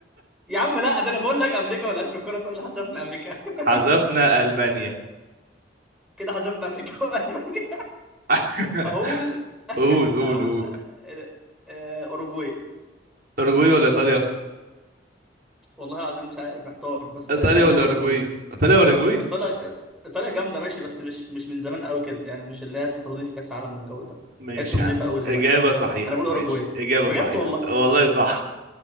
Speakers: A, in the centre; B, on the right.
A: يا عم لا ده انا بقول لك امريكا مالهاش في الكوره تقول لي حذفنا امريكا <laughs>
B: حذفنا المانيا
A: كده حذفنا امريكا <laughs> والمانيا
B: <laughs>
A: اقول
B: قول قول
A: اقول
B: قول
A: آه، آه، اوروجواي
B: اوروجواي ولا ايطاليا
A: والله العظيم مش عارف محتار بس
B: ايطاليا
A: آه، انا
B: ولا
A: بقول اوروجواي
B: اوروجواي ايطاليا ولا اوروجواي
A: ايطاليا ايطاليا جامده ماشي بس مش مش من زمان قوي كده يعني مش اللي هي تستضيف كاس عالم والجو ده
B: ماشي
A: كانتش نظيفه
B: يا عم
A: قوي زمان
B: اجابه صحيحه
A: انا بقول اوروجواي
B: ماشي اجابه
A: بجد
B: صحيحه
A: والله
B: والله صح